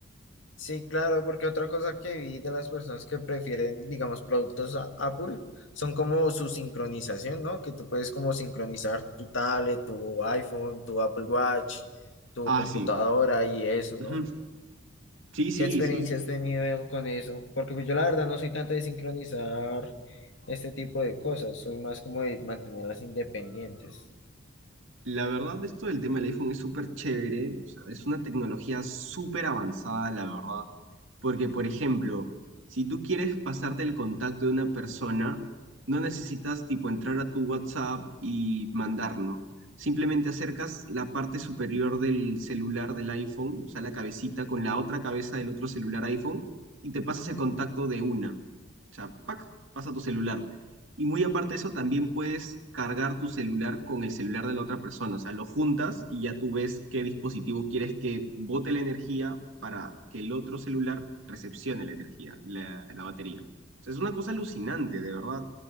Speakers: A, on the left; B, on the right.
A: Sí, claro, porque otra cosa que vi de las personas que prefieren, digamos, productos a- Apple son como su sincronización, ¿no? Que tú puedes como sincronizar tu tablet, tu iPhone, tu Apple Watch, tu
B: Ah,
A: computadora
B: sí.
A: y eso, ¿no?
B: Ujú. Sí, sí,
A: ¿Qué experiencia
B: sí.
A: has tenido con eso? Porque pues yo la verdad no soy tanto de sincronizar este tipo de cosas, soy más como de mantenerlas independientes.
B: La verdad, esto del tema del iPhone es súper chévere, o sea, es una tecnología súper avanzada, la verdad, porque, por ejemplo, si tú quieres pasarte el contacto de una persona, no necesitas, tipo, entrar a tu WhatsApp y mandar, ¿no? Simplemente acercas la parte superior del celular del iPhone, o sea, la cabecita con la otra cabeza del otro celular iPhone, y te pasas el contacto de una. O sea, ¡pac! pasa tu celular. Y muy aparte de eso, también puedes cargar tu celular con el celular de la otra persona. O sea, lo juntas y ya tú ves qué dispositivo quieres que bote la energía para que el otro celular recepcione la energía, la, la batería. O sea, es una cosa alucinante, de verdad.